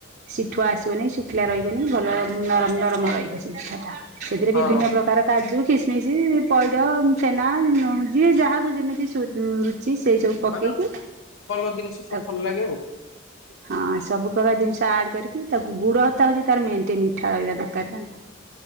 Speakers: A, on the right (about 50°); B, on the left (about 85°).
A: ଶିଠୁଆ ଆସିବନି ଶୁଖିଲା ରହିବନି ଭଲ ନରମ ନରମ ରହିବ ସେ ପିଠା ଟା। ସେଥିରେ
B: ହଁ
A: ବିଭିନ୍ନ ପ୍ରକାର କାଜୁ ଖିସମିସି ପଇଡ଼ ଛେନା ଯିଏ ଯାହାକୁ ଯେମିତି ସୁତ ରୁଚି କି ସେଇ ସବୁ ପକେଇକି
B: ମାଡାମ୍ ଭଲ ଜିନିଷ
A: ତାକୁ
B: ସବୁ ଭଲ ଲାଗେ ଆଉ।
A: ହଁ ସବୁ ପ୍ରକାର ଜିନିଷ ଆଡ କରିକି ତାକୁ ଗୁଡ଼ ତା ହଉଛି ତାର <unintelligible> ମିଠା ରହିବା ଦରକାର ନା। ହ